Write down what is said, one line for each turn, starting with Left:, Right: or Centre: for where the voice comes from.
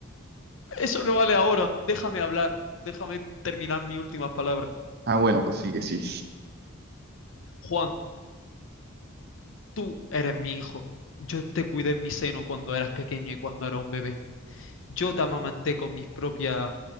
Left: Eso no vale ahora. Déjame hablar. Déjame terminar mis últimas palabras.
Right: Ah, bueno, pues sigue, sí.
Left: Juan, tú eres mi hijo. Yo te cuidé en mi seno cuando eras pequeño y cuando era un bebé. Yo te amamanté con mis propia,